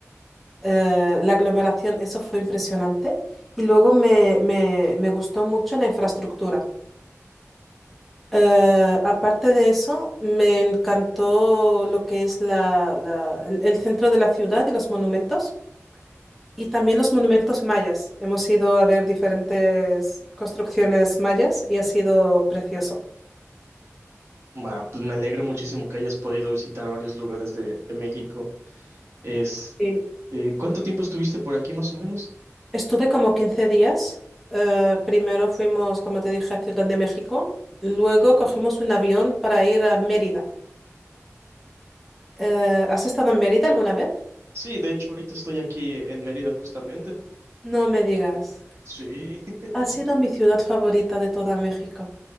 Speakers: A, in the centre; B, on the right.
A: Eh, la aglomeración, eso fue impresionante. Y luego me, me me gustó mucho la infraestructura. Eh, aparte de eso, me encantó lo que es la- la- el, el centro de la ciudad y los monumentos, y también los monumentos mayas. Hemos ido a ver diferentes construcciones mayas y ha sido precioso.
B: Ah, pues me alegro muchísimo que hayas podido visitar varios lugares de, de México. Es,
A: Sí.
B: eh, ¿cuánto tiempo estuviste por aquí más o menos?
A: Estuve como 15 días. Eh, primero fuimos, como te dije, a Ciudad de México. Luego cogimos un avión para ir a Mérida. Eh, ¿has estado en Mérida alguna vez?
B: Sí, de hecho, ahorita estoy aquí en Mérida justamente.
A: No me digas.
B: Sí, <laughs>
A: Ha sido mi ciudad favorita de toda México.